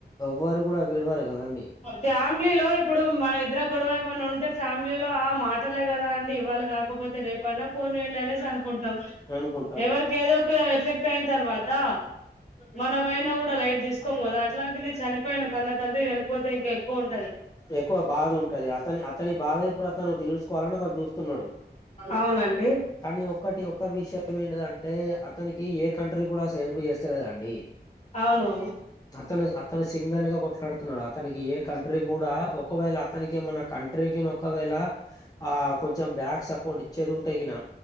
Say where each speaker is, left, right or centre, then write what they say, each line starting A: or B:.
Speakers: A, on the left; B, on the left.
A: ఎవ్వరు కూడా విడవరు కదండి
B: ఫ్యామిలీలో ఇప్పుడు మ ఇదర గొడవ ఎమన్న ఉంటే ఫ్యామిలీలో ఆ మాటలే కదా అండి ఇవాళ కాక కాకపోతే రేపు అన్నా ఫోన్ జేయండి అనేసి అనుకుం టం
A: అనుకుంటాం
B: ఎవరికి ఏదో ఒక ఎఫెక్ట్ అయిన తర్వాత త మనమైనా కూడా లైట్ తీస్ కోమ్ కదా అట్లాంటిది చనిపోయిన కన్న తండ్రి చనిపోతే ఇంకె కోన్
A: ఎక్కువ బాధ ఉంటది అతని అతని బాధ ఇప్పుడు అతను తీర్సుకోవాలని అతను చూస్తున్నాడు,
B: అవునండి
A: కానీ ఒక్కటి ఒక్క విషయం ఏంటిదంటే అతనికి ఏ కంట్రీ కూడా అసల్ హెల్ప్ చేస్తేకదండి
B: అవును
A: అతను అతను సింగిల్ గా కొట్లాడుతున్నాడు అతనికి ఏ కంట్రీ ఒకవేళ అతనికి మన కంట్రీగిన ఒకవేళ ఆ కొంచెం బ్యాక్ సపో పోడిచ్చేది ఉం అడిగిన